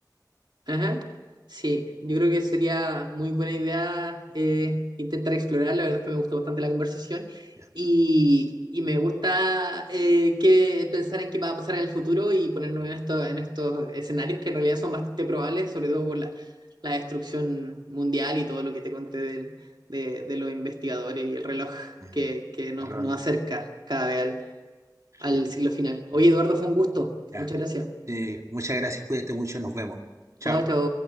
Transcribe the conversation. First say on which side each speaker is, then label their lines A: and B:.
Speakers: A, on the right; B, on the right.
A: Ajá. Sí, yo creo que sería muy buena idea eh, intentar explorar. La verdad es que me gustó bastante la conversación
B: Ya.
A: y, y me gusta eh, que pensar en qué va a pasar en el futuro y ponernos en, esto- en estos escenarios que en realidad son bastante probables, sobre todo por la, la destrucción mundial y todo lo que te conté del- de, de los investigadores y el reloj
B: Mm.
A: que, que nos,
B: Error
A: nos acerca cada vez al,
B: sí.
A: al siglo final. Oye, Eduardo, fue un gusto.
B: Ya.
A: Muchas gracias.
B: Eh, muchas gracias, cuídate mucho, nos vemos. Chao.
A: Chao, chao.